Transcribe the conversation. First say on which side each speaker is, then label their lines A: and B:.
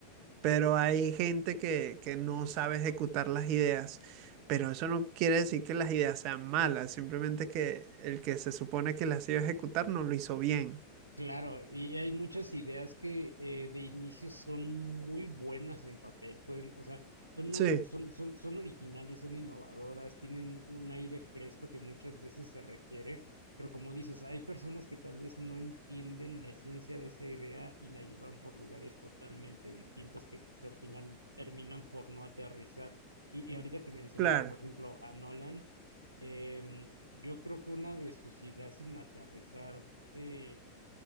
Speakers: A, on the right (about 40°); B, on the right (about 85°).
A: Pero hay gente que, que no sabe ejecutar las ideas. Pero eso no quiere decir que las ideas sean malas, simplemente que el que se supone que las iba a ejecutar no lo hizo bien.
B: Claro, y hay muchas ideas que eh, de inicio son muy buenas en papel, pueden, o sea, son, ori-
A: Sí,
B: son, son, son originales, son innovadoras, tienen un un aire fresco que muchas veces se requiere, pero como dices, hay personas que tal vez no entienden la esencia de esa idea y la llevan por lugares totalmente distintos que pues al final terminan por no aterrizar. Y, y ahorita que mencionaste,
A: claro.
B: por ejemplo, a Nolan, em, yo creo que una de sus ideas sin aterrizar, eh,